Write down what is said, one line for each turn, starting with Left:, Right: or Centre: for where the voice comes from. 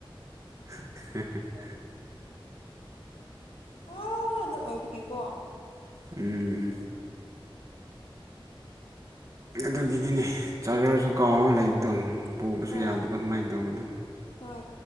Right: <inaudible> <inaudible>
Left: ꯑꯥꯅ ꯑꯣꯏꯕꯒꯤꯀꯣ
Right: ꯎꯝ ꯎꯝ ꯑꯗꯨꯒꯤꯗꯤꯅꯦ ꯆꯥꯔꯖꯔꯁꯨ ꯀꯥꯎꯔꯒ ꯂꯩꯕꯗꯣ ꯄꯨꯕꯁꯨ
Left: ꯍꯣꯏ
Right: ꯌꯥꯗꯕ ꯑꯗꯨꯃꯥꯏꯅ ꯇꯧꯕꯗꯣ
Left: ꯍꯣꯏ